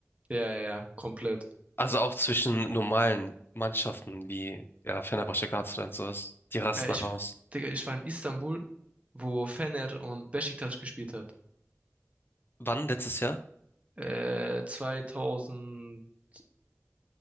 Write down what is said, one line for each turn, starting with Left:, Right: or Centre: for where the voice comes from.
Right: Ja, ja, ja, komplett.
Left: Also auch zwischen normalen Mannschaften wie ja, Fenerbahçe, Galatasaray und sowas. Die rasten
Right: Äh, ich,
Left: alle aus.
Right: Digga, ich war in Istanbul, wo Fener und Beşiktaş gespielt hat.
Left: Wann? Letztes Jahr?
Right: Äh, 2023.